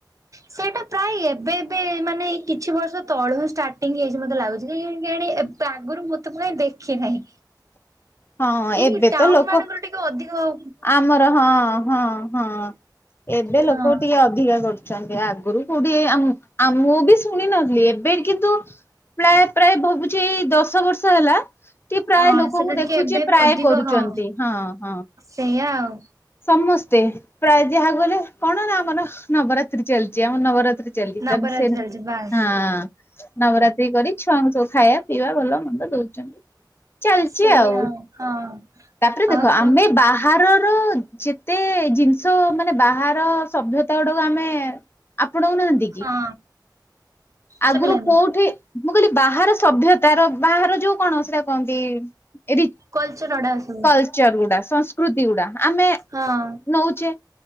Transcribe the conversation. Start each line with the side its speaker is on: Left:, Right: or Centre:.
Right: ସେଇଟା ପ୍ରାୟ ଏବେ ଏବେ ମାନେ ଏଇ କିଛି ବର୍ଷ ତଳୁ ଷ୍ଟାର୍ଟିଂ ହେଇଛି ମତେ ଲାଗୁଛି କେଜାଣି? ତା ଆଗରୁ ମୁଁ ତ କାଇଁ ଦେଖି ନାହିଁ
Left: ହଁ
Right: ଏଇ
Left: ଏବେ
Right: ଟାଉନ
Left: ତ ଲୋକ
Right: ମାନଙ୍କର ଟିକେ ଅଧିକ ଆଉ
Left: ଆମର ହଁ ହଁ ହଁ ଏବେ
Right: ହଁ
Left: ଲୋକ ଟିକେ ଅଧିକା କରୁଛନ୍ତି ଆଗରୁ କୋଡିଏ ଆମୁ ଆମ୍ ମୁଁ ବି ଶୁଣି ନଥିଲି ଏବେ କିନ୍ତୁ ପ୍ରାୟ ପ୍ରାୟ ଭାବୁଛି ଏଇ ଦଶ ବର୍ଷ ହେଲା ଏଠି ପ୍ରାୟ
Right: ହଁ
Left: ଲୋକଙ୍କୁ
Right: ସେଟା
Left: ଦେଖୁଛି
Right: ଟିକେ ଏବେ
Left: ପ୍ରାୟ
Right: ଅଧିକ
Left: କରୁଛନ୍ତି।
Right: ହଁ
Left: ହଁ ହଁ।
Right: ସେଇଆ ଆଉ
Left: ସମସ୍ତେ ପ୍ରାୟ ଯାହାକୁ ହେଲେ କଣ ନା ଆମର ନବରାତ୍ରି ଚାଲିଛି ଆମର ନବରାତ୍ରି ଜଲଦୀ
Right: ନବରାତ୍ରି
Left: ସେ
Right: ଚାଲିଛି ବାସ୍
Left: ହାଁ। ନବରାତ୍ରି କରି ଛୁଆଙ୍କୁ ସବୁ ଖାଇବା ପିଇବା ଭଲ ମନ୍ଦ ଦଉଛନ୍ତି। ଚାଲିଛି
Right: ସେଇଆ
Left: ଆଉ।
Right: ହଁ
Left: ତାପରେ ଦେଖ
Right: ଆଉ କଣ
Left: ଆମେ ବା ବାହାରର ଯେତେ ଜିନିଷ ମାନେ ବାହାର ସଭ୍ୟତା ଗୁଡାକୁ ଆମେ ଆପଣାଉନାହାନ୍ତି କି?
Right: ହଁ
Left: ଆଗରୁ
Right: ଶୁଭିଲାନି
Left: କୋଉଠି ମୁଁ କହିଲି ବାହାର ସଭ୍ୟତାର ବାହାର ଯୋଉ କଣ ସେଟା କହନ୍ତି? ଏଠି
Right: କଲଚର ଅଡା ସବୁ
Left: କଲଚରଗୁଡା ସଂସ୍କୃତି ଗୁଡା ଆମେ
Right: ହଁ
Left: ନଉଛେ